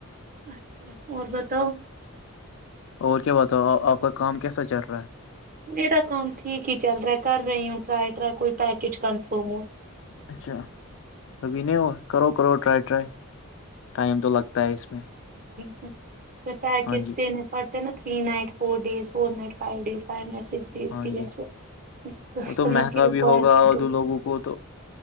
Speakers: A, on the right; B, on the left.
A: اچھا اور بتاؤ
B: اور کیا بتاؤ آپ کا کام کیسا چل رہا ہے
A: میرا کام ٹھیک ہی چل رہا ہے کر رہی ہوں ٹرائی ر کوئی پیکج کنفر
B: اچھا ابھی نہیں اور کرو کرو ٹرائی ٹرائی ٹائم تو لگتا ہے اس میں
A: ای اس پیکج
B: ہاں جی
A: دینے پڑتے نا three night four days four night five days five night six days
B: ہاں
A: کی
B: جی
A: جیسے کسٹمر
B: وہ تو مہنگا
A: کی ریکوائرمنٹ
B: بھی ہوگا اور
A: ہو
B: دو لوگوں کو تو